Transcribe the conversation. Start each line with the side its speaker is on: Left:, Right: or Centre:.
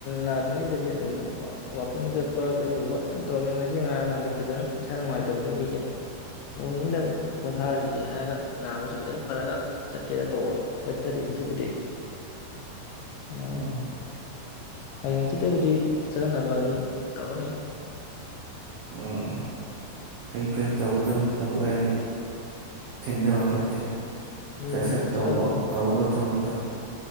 Left: ꯅꯥꯗ꯭ꯔꯤꯉꯩꯗꯗꯤ ꯑꯗꯨꯝ ꯀꯣ ꯋꯥꯀꯤꯡ ꯆꯠꯄ ꯀꯩꯇꯧꯕ ꯑꯗꯨꯝ ꯇꯧꯔꯝꯃꯦ ꯉꯁꯤ ꯉꯔꯥꯡꯅ ꯑꯃꯨꯛ ꯈꯤꯇꯪ ꯏꯁꯥ ꯅꯨꯡꯉꯥꯏꯇꯕꯗꯣ ꯑꯗꯨꯒꯤ ꯅꯣꯡ ꯅꯤꯅꯤꯗꯪ ꯀꯣꯊꯥꯔꯤꯒꯦ ꯍꯥꯌꯔꯒꯥ ꯅꯥꯕꯁꯤ ꯈꯤꯇꯪ ꯐꯔꯒ ꯆꯠꯀꯦꯅ ꯇꯧꯕ ꯆꯠꯇꯔꯤ ꯍꯧꯖꯤꯛꯄꯨꯗꯤ <unintelligible>
Right: ꯎꯝ
Left: ꯍꯌꯦꯡ ꯍꯡꯆꯤꯠꯇꯕꯨꯗꯤ ꯆꯠꯅꯅꯕ ꯑꯗꯨꯝ ꯇꯧꯔꯅꯤ
Right: ꯎꯝ ꯐꯩ ꯐꯩ ꯇꯧꯒꯗꯕꯅꯤ ꯊꯕꯛ ꯍꯥꯏꯁꯦ ꯊꯤꯟꯊꯕ ꯐꯠꯇꯦ
Left: ꯎꯝ
Right: ꯁꯠ ꯁꯠ ꯇꯧꯕ
Left: ꯆꯠꯂꯗꯝꯅꯤ
Right: ꯇꯧꯒꯗꯕ ꯊꯕꯛ ꯇꯨ